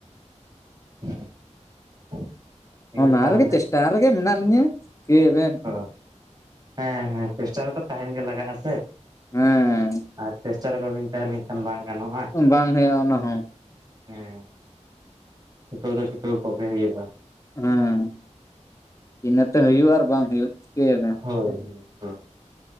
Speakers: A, on the right; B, on the left.
A: <unintelligible>
B: ᱚᱱᱟ
A: ᱛᱟᱦᱚᱞᱮ
B: ᱨᱮᱜᱮ ᱪᱮᱥᱴᱟ ᱨᱮᱜᱮ ᱢᱮᱱᱟᱜ ᱞᱤᱧᱟᱹ᱾ ᱠᱮ ᱵᱮᱱ
A: ᱚ ᱦᱮᱸ ᱦᱮᱸ, ᱪᱮᱥᱴᱟ ᱨᱮᱛᱚ ᱛᱟᱦᱮᱱ ᱜᱮ ᱞᱟᱜᱟᱜ ᱟ ᱥᱮ᱾
B: ᱦᱮᱸ
A: ᱟᱨ ᱪᱮᱥᱴᱟ ᱨᱮ ᱵᱟᱹᱵᱤᱱ ᱛᱟᱦᱮᱸ ᱞᱮᱱᱠᱷᱟᱱ ᱵᱟᱝ ᱜᱟᱱᱚᱜᱼᱟ᱾
B: ᱵᱟᱝ ᱦᱩᱭᱩᱜᱼᱟ ᱚᱱᱟ ᱦᱚᱸ
A: ᱦᱮᱸ ᱪᱷᱩᱴᱟᱹᱣ ᱫᱚ ᱪᱷᱩᱴᱟᱹᱣ ᱠᱚᱜ-ᱜᱮ ᱦᱩᱭᱩᱜᱼᱟ᱾
B: ᱦᱮᱸ ᱤᱱᱟᱹᱛᱮ ᱦᱩᱭᱩᱜ ᱟᱨ ᱵᱟᱝ ᱦᱩᱭᱩᱜ ᱪᱤᱠᱟᱹᱭᱟ ᱵᱮᱱ᱾
A: ᱦᱳᱭ᱾ ᱦᱳᱭ